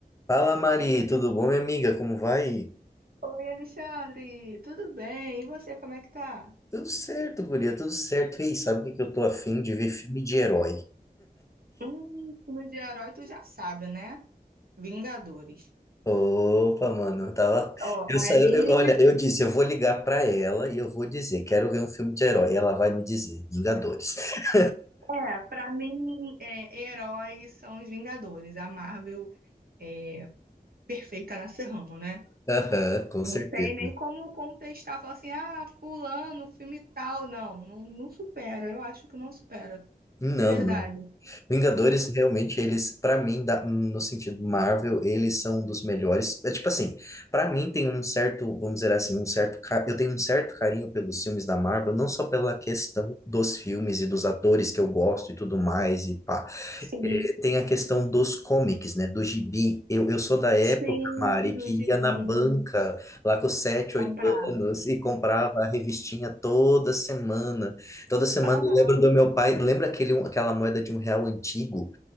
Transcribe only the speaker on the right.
Oi, Alexandre, tudo bem? E você, como é que tá?
Hum, filme de herói, tu já sabe, né? Vingadores.
Ó,
ali,
é, pra mim, é, heróis são os Vingadores. A Marvel é perfeita nesse ramo, né?
Não
tem nem como contestar, falar assim, ah, fulano, filme tal. Não, não, não supera, eu acho que não supera,
de verdade.
Sim,
sim,
os gibis,
comprar.
Aham.